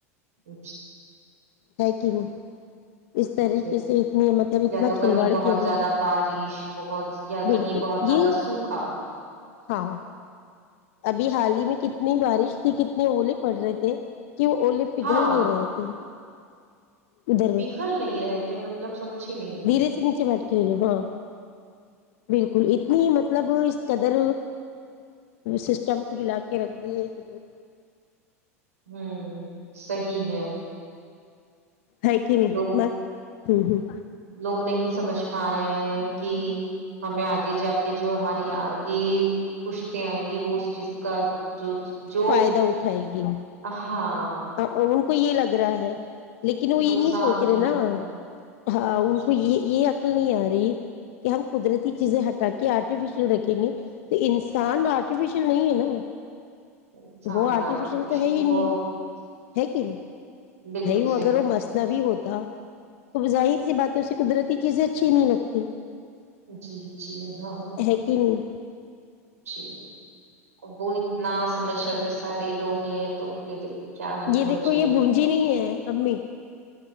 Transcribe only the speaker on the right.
جی
جے
یا تو
کہیں بہت
زیادہ
بارش بہت یا
کہیں بہت زیادہ
سوکھا
ہاں
پگھل
نہیں رہے تھے مطلب سمجھی نہیں میں
ہوں صی ہے
لوگ
لوگ نہیں۔۔۔ سمجھ پا رہے ہیں کہ ہمیں آگے جا کے جو ہماریے آگے پوچھتے آئیں گے وہ اس چیز کا جو۔۔۔ جو
ہاں۔
نقصان
ہی
ہوگا
انسان
وہ
بالکل
صحیح
جی جی ہاں ہاں
جی وہ اتنا سمجھ اگر سارے لوگ لیں تو پھر کیا ہی
ہو
جائے
گا